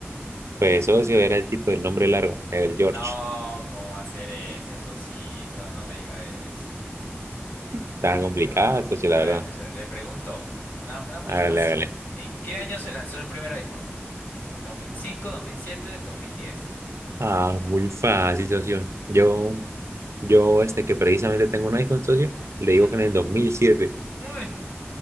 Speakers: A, on the right (about 85°); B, on the left (about 40°).
A: Pues socio era el tipo del nombre largo, el George.
B: No, ¿cómo va a ser ese socito? No me diga eso.
A: Estaba complicada,
B: No.
A: socio, la
B: A
A: verdad.
B: ver, socio, le pregunto, una, una muy
A: Hágale,
B: fácil.
A: hágale.
B: ¿En qué año se lanzó el primer iPhone? ¿2005, 2007, 2010?
A: Ah, muy fácil, socio. Yo Yo, este, que precisamente tengo un iPhone socio, le digo
B: Mm,
A: que en el dos mil siete
B: uy,